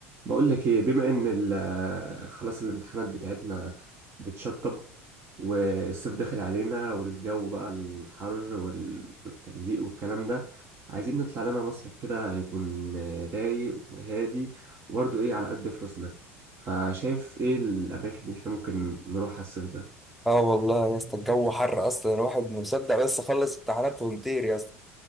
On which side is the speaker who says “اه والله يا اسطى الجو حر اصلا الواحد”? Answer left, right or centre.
Centre